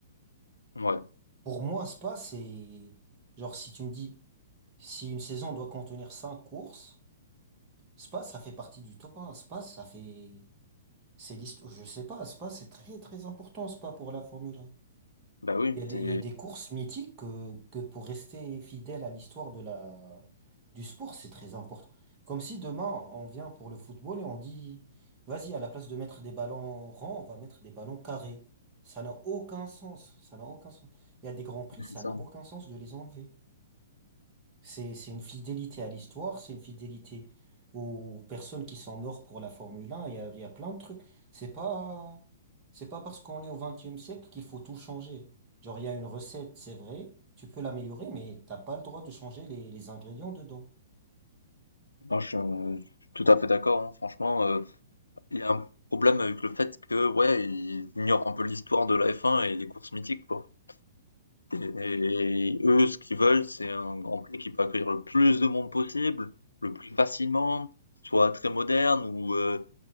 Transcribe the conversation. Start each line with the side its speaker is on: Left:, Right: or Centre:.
Left: Ouais,
Right: Pour moi, Spa, c'est genre si tu me dis si une saison doit contenir cinq courses, Spa, ça fait partie du top 1. Spa, ça fait c'est l'histoire. Je sais pas, Spa, c'est très très important Spa pour la Formule 1.
Left: bah oui,
Right: Il y a des,
Left: c'est
Right: il y a des courses mythiques que, que pour rester fidèle à l'histoire de la du sport, c'est très important. Comme si demain on vient pour le football et on dit vas-y à la place de mettre des ballons ronds, on va mettre des ballons carrés. Ça n'a aucun sens. Ça n'a aucun sens. Il y a des grands prix, ça
Left: c'est ça.
Right: n'a aucun sens de les enlever. C'est, c'est une fidélité à l'histoire, c'est une fidélité aux personnes qui sont mortes pour la Formule 1, il y a, il y a plein de trucs. C'est pas, c'est pas parce qu'on est au 21 siècle qu'il faut tout changer. Genre, il y a une recette, c'est vrai, tu peux l'améliorer, mais t'as pas le droit de changer les, les ingrédients dedans.
Left: Non, je, je suis tout à fait d'accord, hein. Franchement, euh, il y a un problème avec le fait que, ouais, ils ignorent un peu l'histoire de la F1 et les courses mythiques, quoi. Et et eux, ce qu'ils veulent, c'est un Grand Prix qui peut accueillir le plus de monde possible, le plus facilement, soit très moderne ou, heu